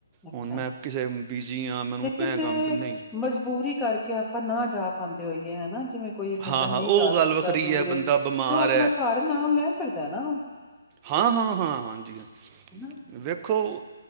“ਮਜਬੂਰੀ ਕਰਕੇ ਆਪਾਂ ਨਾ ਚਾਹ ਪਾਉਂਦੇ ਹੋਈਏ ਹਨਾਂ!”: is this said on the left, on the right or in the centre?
Centre